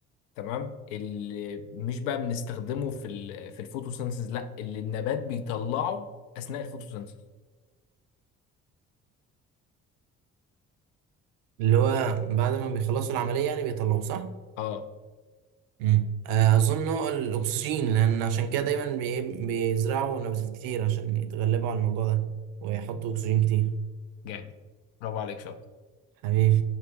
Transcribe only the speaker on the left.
تمام اللي مش بقى بنستخدمه في ال في الفوتوسينثيز لا اللي النبات بيطلعه اثناء الفوتوسينثيز
اه
جامد برافو عليك شاطر